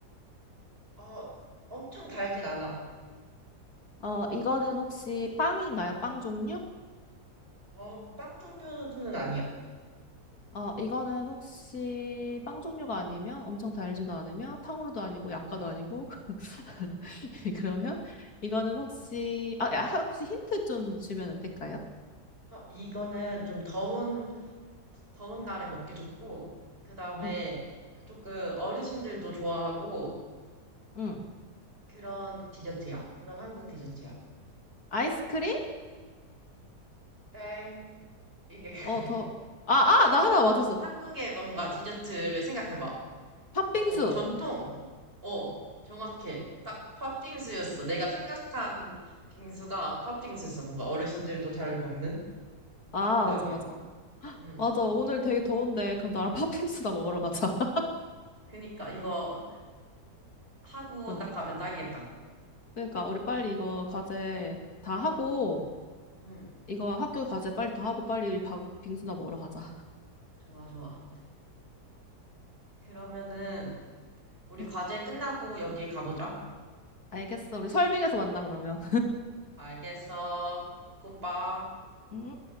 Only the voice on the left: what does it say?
어, 이거는 혹시 빵인가요? 빵 종류?
어, 이거는 혹시 빵 종류가 아니면 엄청 달지도 않으며 탕후루도 아니고 약과도 아니고 <laughs> 그러면 이거는 혹시 아, 야, 혹시 힌트 좀 주면 안 될까요?
응,
응.
아이스크림?
어, 더. 아, 아,
나 하나 맞았어.
팥빙수.
아,
맞아, 맞아.
맞아. 오늘 되게 더운데 그럼 나랑 <laughs> 팥빙수나 먹으러 가자. <laughs>
어.
그러니까 우리 빨리 이거 과제 다 하고
이거 학교 과제 빨리 다 하고 빨리 밥- 빙수나 먹으러 가자.
응,
알겠어. 우리 설빙에서 만나 그러면.
음,